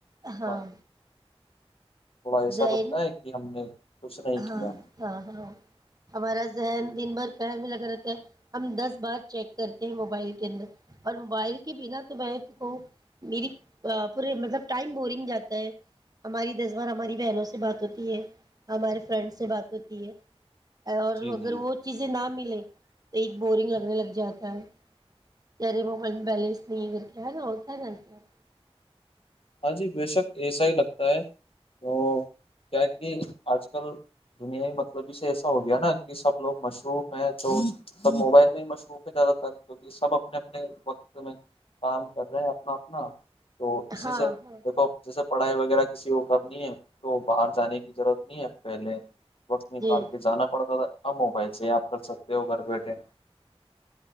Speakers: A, on the right; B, on the left.
A: ہاں
B: ب- تھوڑا ایسا
A: زین
B: لگتا ہے کہ ہم نے کچھ نہیں
A: ہاں
B: کیا
A: ہاں ہاں ہمارا ذہن
B: جی
A: دن بھر کہنے بھی لگتا ہم دس بار چیک کرتے ہیں موبائل کے اندر اور موبائل کے بنا تو میں می پورے ملب ٹائم بورنگ جاتا ہے ہماری دس ار ہماری بہنوں سے بات ہوتی ہے ہمارے فرینڈ سے بات ہوتی ہے اور
B: جی
A: اگر
B: جی
A: وہ چیزیں نہ مل ے تو ایک بورنگ لگنے لگ جاتا ہے ارے موبائل میں بیلنس نہیں کر کے ہے نا ہوتا ہے نا س
B: ہاں جی بے شک ایسا ہی لگتا ہے تو کیا کہ آج کل دنیا ہی مطلبی سے ایسا ہو گیا نا کہ سب لوگ مصروف ہیں جو سب موبائل میں ہی مصروف ہے زیادہ تر کیونکہ سب اپنے اپنے وقت میں کام کر رہے ہیں اپنا اپنا اسی
A: ہاں
B: سے
A: ہاں
B: دیکھو جیسے پڑھائی وغیرہ کا کسی کو کب نہیں ہے تو باہر جانے کی ضرورت نہیں ہے پہلے وقت نکال
A: جی
B: کے جانا پڑتا تھا اب موبائل سے ہی آپ کر سکتے ہو گھر بیٹھے